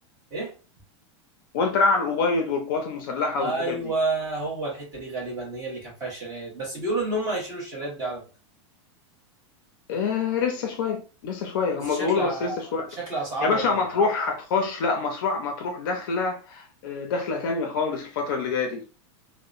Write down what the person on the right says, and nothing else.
ايه
ايوه
هو الحته دي غالبا هي اللي كان فيها الشاليهات بس بيقولوا ان هم هيشيلوا الشاليهات دي على فكره
بس
شكل
شكل اسعارهم